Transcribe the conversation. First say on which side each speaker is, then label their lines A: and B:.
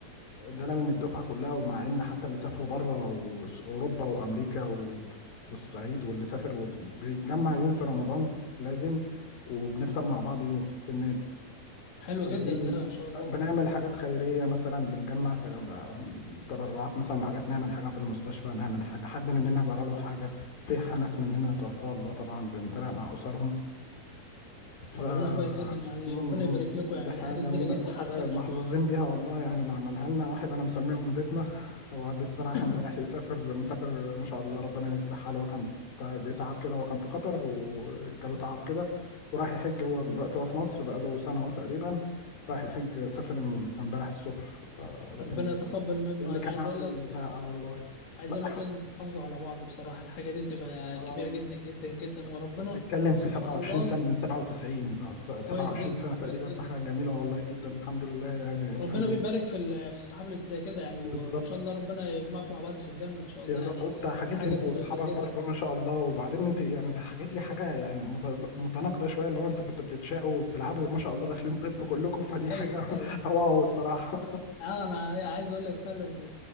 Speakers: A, on the left; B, on the left.
A: ده لامم الدفعه كلها ومع ان حتى اللي سافروا بره اوروبا وامريكا وفي الصعيد واللي سافر واللي بيتجمع يوم في رمضان لازم وبنفطر مع بعض يوم في النادي
B: حلو
A: فدي
B: جدا ده ما شاء الله
A: بنعمل حاجات خيريه مثلا بنجمع تجمع- تبرعات مثلا وحاجات نعمل حاجه في المستشفى نعمل حاجه حد مننا جرى له حاجه في ناس مننا توفاها الله طبعا بنتابع مع اسرهم ف
B: طب
A: م-
B: والله كويس جدا يعني ربنا يبارك
A: م.
B: لكم
A: دي
B: يعني
A: حاجة
B: دي حاجه
A: جميلة
B: كبيره جدا
A: حاجة
B: على فكره
A: محظوظين بيها والله يعني اللي عملها لنا واحد أنا مسميهم بيتنا هو لسه رايح
B: <laughs>
A: امبارح يسافر مسافر ما شاء الله ربنا يصلح حاله هو كان تع- بيتعب كده هو كان في قطر وجاله تعب كده وراح يحج هو في- دلوقتي هو في مصر بقاله سنة أهو تقريبا راح يحج سافر ام- امبارح الصبح فربنا
B: ربنا
A: يصلح
B: يتقبل منه
A: ده اللي
B: انا
A: كان
B: عايز
A: عامل
B: اقول لك
A: بتاع آه والله
B: عايز
A: لا
B: اقول لك لازم تحافظوا على بعض بصراحه الحاجه دي بتبقى
A: حاسس
B: كبيره جدا جدا جدا وربنا
A: انت بتتكلم في
B: سبحان
A: 27
B: الله
A: سنة من 97 ف 27
B: كويس جدا
A: سنة تقريبا
B: كويس
A: في
B: جدا
A: حاجة جميلة والله جدا الحمد لله يعني
B: ربنا
A: الحمد
B: بيبارك
A: لله
B: في ال- في الصحاب اللي زي كده يعني و-
A: بالظبط
B: وان شاء الله ربنا يجمعكم مع بعض في الجنه ان شاء الله
A: يا رب
B: يعني
A: وانت حكيت
B: دي حاجه
A: لي انت
B: بتبقى
A: واصحابك
B: كبيره جدا
A: برضه ما شاء الله وبعدين انت يعني انت حكيت لي حاجة يعني مت- متناقضة شوية اللي هو انتوا كنتوا بتتشاقوا وبتلعبوا وما شاء الله داخلين طب كلكم فدي حاجة
B: ايوه ايوه
A: <laughs> واو الصراحة
B: اه انا عايز اقول لك فعلا